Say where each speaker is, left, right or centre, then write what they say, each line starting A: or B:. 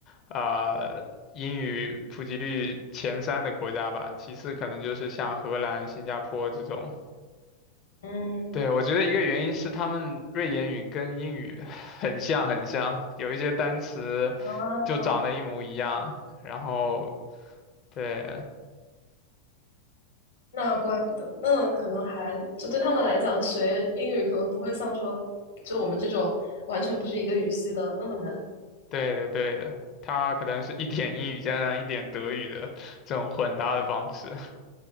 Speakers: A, on the left; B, on the left.
A: 啊、呃英语普及率前三的国家吧，其次可能就是像荷兰、新加坡这种。
B: 嗯
A: 对，我觉得一个原因是他们瑞典语跟英语 <laughs> <sighs> 很像很像，有一些单词
B: 啊，
A: 就长得一模一样，然后对。
B: 那怪不得，那可能还就对他们来讲，学英语可能不会像说就我们这种完全不是一个语系的那么难。
A: 对的，对的，它可能是一点英语加上一点德语的这种混搭的方式。